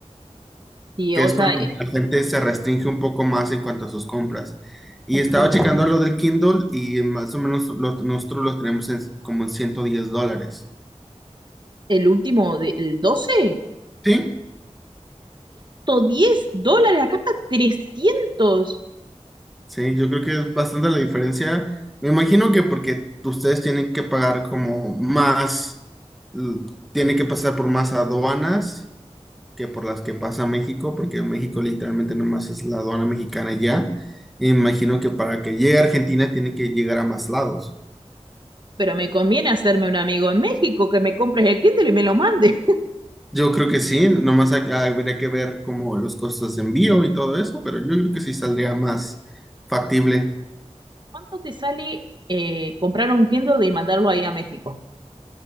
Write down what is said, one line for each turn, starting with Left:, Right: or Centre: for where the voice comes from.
Right: Y,
Centre: que
Right: o
Centre: es
Right: sea,
Centre: cuando
Right: eh,
Centre: la gente se restringe un poco más en cuanto a sus compras. Y estaba checando lo del Kindle y más o menos los- nosotros los tenemos en- como en 110 dólares.
Right: el último del 12,
Centre: Sí,
Right: diez dólares, acá está trescientos
Centre: Sí, yo creo que es bastante la diferencia. Me imagino que porque ustedes tienen que pagar como más, l- tienen que pasar por más aduanas que por las que pasa México, porque México literalmente nomás es la aduana mexicana ya. Me imagino que para que llegue a Argentina tiene que llegar a más lados.
Right: Pero me conviene hacerme un amigo en México que me compres el Kindle y me lo mande.
Centre: Yo creo que sí, nomás ha- habría que ver como los costos de envío y todo eso, pero yo creo que sí saldría más factible.
Right: <laughs> ¿Cuánto te sale eh, comprar un Kindle y mandarlo ahí a México?